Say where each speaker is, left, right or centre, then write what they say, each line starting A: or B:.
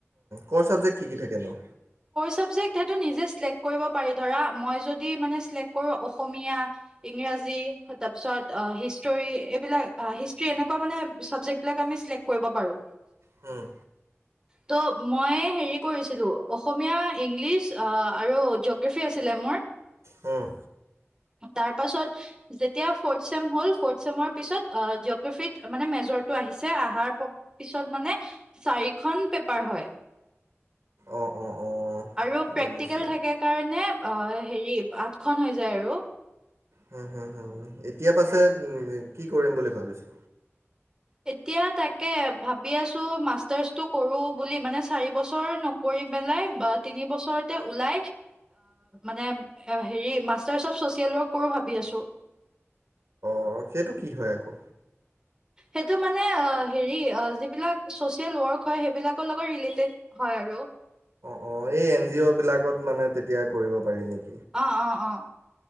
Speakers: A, on the right (about 80°); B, on the right (about 15°).
A: কৰ' ছাবজেক্ট শিকি থাকেনো।
B: ক সটো নিজে চক্ কৰিব পাৰি ধৰা মই যদি মানে চক্ কৰো অসমীয়া <inaudible> ইংৰাজী তাৰপিছত হিষ্টৰী এইবিলাক হিষ্ট্ৰী এনেকুৱা মানে চাবজেক্টবিলাক আমি চিলেক্ট কৰিব পাৰো।
A: হম।
B: ত' মই হেৰি কৰিছিলো। অসমীয়া, ইংলিছ আৰু জিঅগ্ৰাফী আছিলে। মোৰ
A: হুম
B: উ <inaudible> তাৰ পাছত যেতিয়া ফটচেম হ'ল ফটচেমৰ পিছত অ জিঅগ্ৰাফীত মানে মেজৰটো আহিছে। আহাৰ পিছত মানে চাৰিখন পেপাৰ হয়।
A: অঁ অঁ অঁ
B: আৰু
A: বুজিছোঁ
B: প্ৰেক্টিকেল থাকে কাৰণে হেৰি আঠখন হৈ যায়। আৰু
A: হুম হুম হুম এতিয়া পাছে কি কৰিম বুলি ভাবিছো?
B: এতিয়া তাকে ভাবি আছো <unintelligible> কৰোঁ বুলি মান চাৰ বছৰ নক পেলাই তিনিবছৰ ল মানৱ কৰো
A: অ সেইটো কি হয় আকৌ।
B: সেইটো মানে হেৰি যিবিলাক ছ'চিয়েল ৱৰ্ক হয় সেইবিলাকৰ লগত ৰিলেটেড হয় আৰু।
A: অ, এই এন জি অ'বিলাকত মানে তেতিয়া কৰিব পাৰি নেক
B: অ' অ' অ'।